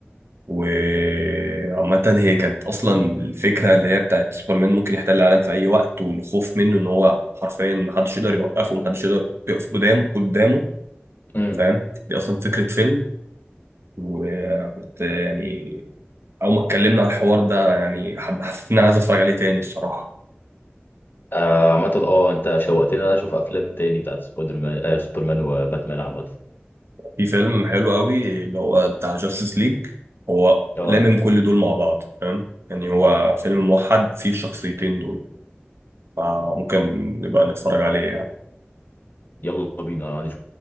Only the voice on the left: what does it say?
امم
آه، عامة اه انت شوقتني إن انا اشوف افلام تاني بتاعت سبايدر مان آه سوبرمان وباتمان عامة
اه
يلا بينا انا ما عنديش